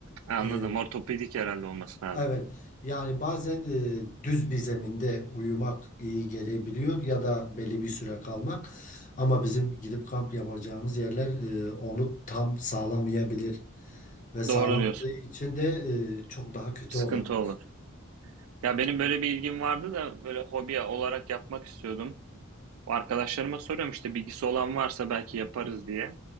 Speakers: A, on the right; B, on the left.
A: Ha, Anladım.
B: E,
A: Ortopedik herhalde olması lazım.
B: Evet, yani bazen e, düz bir zeminde uyumak iyi gelebiliyor ya da belli bir süre kalmak. Ama bizim gidip kamp yapacağımız yerler e, onu tam sağlamayabilir ve sağlamadığı
A: Doğru diyorsun.
B: için de e, çok daha kötü
A: Sıkıntı
B: olabilir.
A: olur. Ya benim böyle bir ilgim vardı da böyle hobi olarak yapmak istiyordum. Arkadaşlarıma soruyorum işte bilgisi olan varsa belki yaparız diye.